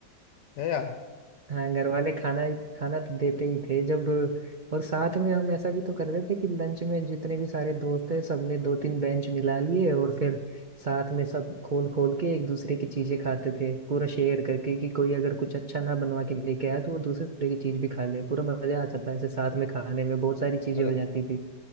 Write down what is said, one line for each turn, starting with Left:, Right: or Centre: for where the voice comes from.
Left: है याद
Right: हाँ घर वाले खाना खाना तो देते ही थे जब और साथ में हम ऐसा भी तो करते थे कि लंच में जितने भी सारे दोस्त थे सबने दो तीन बेंच मिला लिए और फिर साथ में सब खोल खोल के एक दूसरे की चीजें खाते थे पूरा शेयर करके कि कोई अगर कुछ अच्छा ना बनवा के लेके आया तो वो दूसरे की चीज भी खा ले पूरा मजा आ जाता है ऐसे साथ में खाने में बहुत सारी चीजें
Left: अरे
Right: हो जाती थी